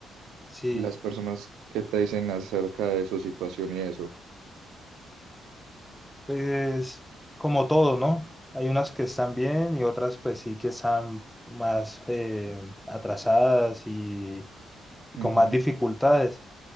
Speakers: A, in the centre; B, on the right.
A: Sí,
B: Las personas que te dicen acerca de su situación y eso.
A: pues como todo, ¿no? Hay unas que están bien y otras pues sí que están más eh, atrasadas y y
B: Ujú,
A: con más dificultades.